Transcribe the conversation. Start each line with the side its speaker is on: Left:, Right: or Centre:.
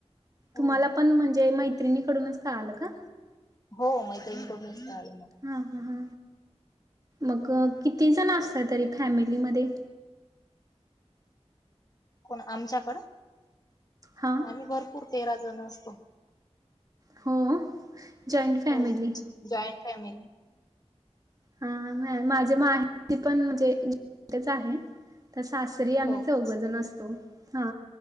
Left: हो
Right: तुम्हाला पण म्हणजे मैत्रिणीकडूनच का आलं का
Left: हो मैत्रिणीकडूनचलं मग
Right: हा ह ह मग किती जण असत तरी फॅमिलीमध्ये
Left: कोण आमच्याकडं
Right: हा
Left: आम्ही भरपूर पूर तेरा जण असतो
Right: हो जॉइंट फॅमिली
Left: हो जॉईंट फॅमिली
Right: हा माझे माहे पण म्हणजेच आहे तर सासरी आम्ही
Left: हो
Right: चौघजण
Left: का
Right: असतो हा